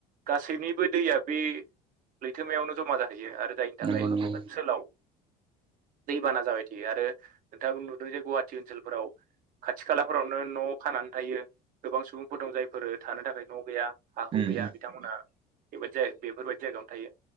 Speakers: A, on the right; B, on the right.
A: गासैनिबो दैया बे लैथोमायावनो जमा जाहैयो आरो दायो थाखाय
B: नंगौ नंगौ
A: ओनसोलाव दैबाना जाबाय थायो आरो नोंथाङाबो नुदों जे गुवाहाटि ओनसोलफोराव खाथि खालाफोरावनो न' खानानै थायो गोबां सुबुंफोर दं जायफोर थानो थाखाय न' गैया हा हु
B: उम
A: गैया
B: उम
A: बिथांमोनहा बेबायदि बेफोरबायदि जायगायावनो थायो